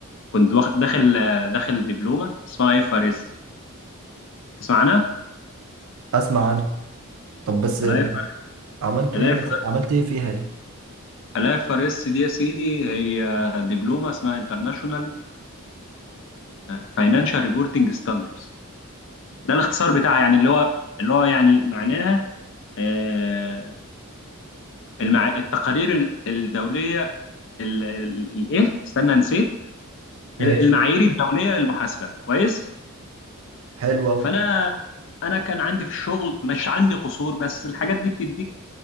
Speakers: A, on the left; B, on the right.
A: واخ- داخل داخل دبلومة اسمها اف ار اس تسمع عنها
B: اسمع عنها طب بس ب-
A: الاف ار
B: عملتوا
A: الاف
B: ايه مثلا
A: ار
B: عملت ايه فيها دي
A: الاف ار اس دي يا سيدي هي دبلومة اسمها انترناشونال فاينانشال ريبورتنج ستاندرز ده الاختصار بتاعها يعني اللي هو اللي هو يعني معناها آه، المع... التقارير الدولية ال- ال- الايه استنى نسيت
B: ماشي
A: ال- المعايير الدوليه للمحاسبه كويس
B: حلو قوي
A: فانا انا كان عندي في الشغل مش عندي قصور بس الحاجات دي بتديك